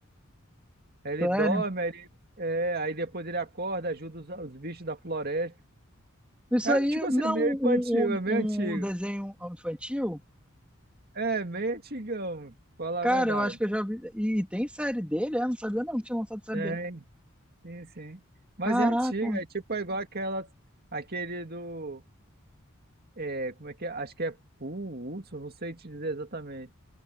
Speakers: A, on the right; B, in the centre.
A: Ele
B: Sério?
A: dorme, aí ele... é, aí depois ele acorda, ajuda os, os bichos da floresta.
B: Isso
A: É
B: aí
A: tipo assim,
B: não
A: meio
B: um,
A: infantil, é meio
B: um,
A: antigo.
B: um desenho infantil?
A: É, meio antigão, pra falar
B: Cara,
A: a verdade.
B: eu acho que eu já vi. E tem série dele? É, não sabia não que tinha lançado série
A: Tem,
B: dele.
A: sim, sim. Mas
B: Caraca,
A: é antiga, é tipo é igual aquela, aquele do. É, como é que é? Acho que é Pool, Hudson, não sei te dizer exatamente.